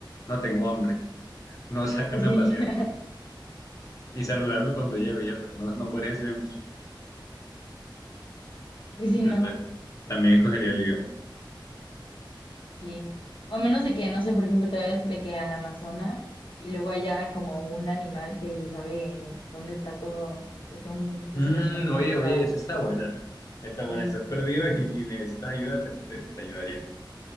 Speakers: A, on the left; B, on the left.
A: no tengo hambre, no, <laughs> sácame
B: Pues sí,
A: a pasear.
B: <laughs>
A: y saludarme cuando llego y ya, pero no, no podría decirle mucho.
B: pues
A: Bueno,
B: sí, no,
A: entonces, también escogería el idioma.
B: sí. O a menos de que, no sé, por ejemplo, te vayas de que al Amazonas y luego haya como un animal que se sabe dónde está todo, de que un tesoro
A: Mm,
B: escondido,
A: oye,
B: pero...
A: oye, esa está buena. Está buena,
B: Sí,
A: estás perdido y, y necesitas ayuda, te, te- te ayudaría.